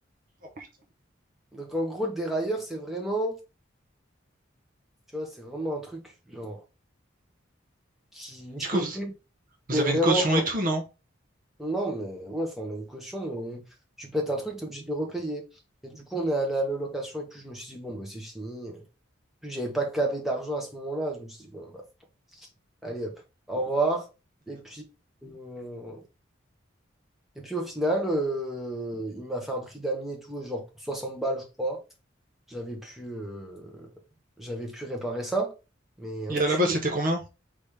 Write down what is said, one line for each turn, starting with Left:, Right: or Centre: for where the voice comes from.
Right: Oh, putain.
Centre: Donc, en gros, le dérailleur, c'est vraiment, tu vois, c'est vraiment un truc, genre, qui, <laughs>
Right: Du coup, vous, vous
Centre: qui est
Right: avez
Centre: vraiment.
Right: une caution et tout, non?
Centre: Non, mais ouais, enfin, on a une caution, mais tu pètes un truc, t'es obligé de le repayer. Et du coup, on est allé à la location, et puis je me suis dit, bon, ben, c'est fini. Puis j'avais pas cavé d'argent à ce moment-là. Je me suis dit, bon, bah, allez hop, au revoir. Et puis, euh, et puis au final, euh, il m'a fait un prix d'amis et tout, genre pour 60 balles, je crois. J'avais pu, euh, j'avais pu réparer ça. Mais
Right: Et
Centre: enculé.
Right: à la base, c'était combien?